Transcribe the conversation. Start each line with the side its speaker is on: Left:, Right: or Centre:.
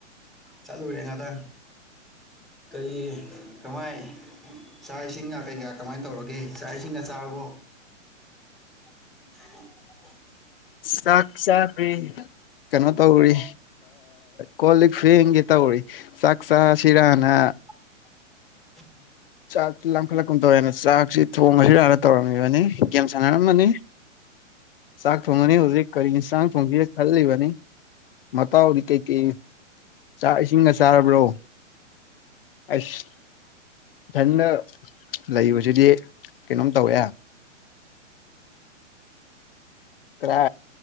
Centre: ꯆꯠꯂꯨꯔꯦ ꯉꯥꯛꯇ ꯀꯔꯤ ꯀꯃꯥꯏ ꯆꯥꯛ ꯏꯁꯤꯡꯒ ꯀꯩꯀꯥ ꯀꯃꯥꯏꯅ ꯇꯧꯔꯒꯦ ꯆꯥꯛ ꯏꯁꯤꯡꯒ ꯆꯥꯔꯕꯣ ꯎ
Left: ꯁꯥꯁꯥꯕꯤ
Centre: <unintelligible>
Left: ꯀꯩꯅꯣ ꯇꯧꯔꯤ ꯀꯣꯜ ꯂꯤꯛ ꯐꯤꯡꯒꯤ ꯇꯧꯔꯤ ꯆꯥꯛ ꯆꯥ ꯁꯤꯔꯥꯅ
Centre: <unintelligible>
Left: ꯆꯥꯛꯁꯤ ꯂꯥꯡꯈꯠꯂꯛꯀꯨꯝ ꯇꯧꯋꯦꯅ ꯆꯥꯛꯁꯤ ꯊꯣꯡꯉꯁꯤꯔꯒ ꯇꯧꯔꯝꯃꯤꯕꯅꯤ ꯒꯦꯝ ꯁꯥꯟꯅꯔꯝꯃꯅꯤ ꯁꯥꯀ ꯊꯣꯡꯅꯅꯤ ꯍꯧꯖꯤꯛ ꯀꯔꯤ ꯨ ꯌꯦ ꯈꯜꯂꯤꯕꯅꯤ ꯃꯇꯥꯑꯣꯅꯤ ꯀꯩ ꯀꯩ ꯥꯛ ꯏꯁꯤꯡꯒ ꯆꯥꯔꯕ꯭ꯔꯣ ꯑꯁ ꯏꯊꯟꯗ ꯂꯩꯕꯁꯤꯗꯤ ꯀꯩꯅꯣꯝ ꯇꯧꯋꯦ ꯀ